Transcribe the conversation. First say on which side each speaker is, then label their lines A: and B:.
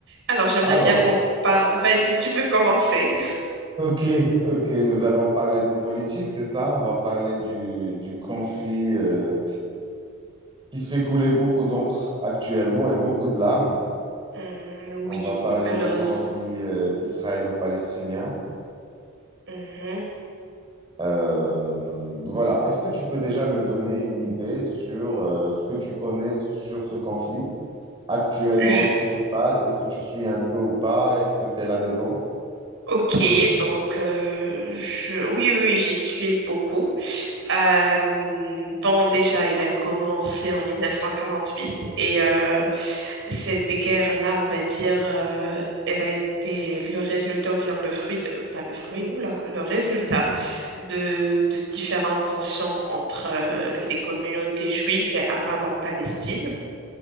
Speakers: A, on the right (about 60°); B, on the right (about 25°).
A: Alors, j'aimerais
B: Alors,
A: bien qu'on parle. Vas-y, tu peux commencer.
B: ok, ok, nous allons parler de politique, c'est ça? On va parler du, du conflit euh, qui fait couler beaucoup d'encre actuellement et beaucoup de larmes.
A: Hmm, oui,
B: On va parler
A: malheureusement.
B: du conflit euh, israélo-palestinien.
A: Mhm.
B: Euh, voilà, est-ce que tu peux déjà me donner une idée sur euh, ce que tu connais sur ce conflit actuellement,
A: Je...
B: ce qui se passe? Est-ce que tu suis un peu ou pas? Est-ce que tu es là-dedans?
A: Ok, donc euh, je... oui, oui, oui, j'y suis beaucoup. Euh, bon, déjà, il a commencé en 1948 et euh, cette guerre-là, on va dire, euh, elle a été le résultat ou bien le fruit, de- pas le fruit, oula, le résultat de, de différentes tensions entre euh, les communautés juives et arabes en Palestine.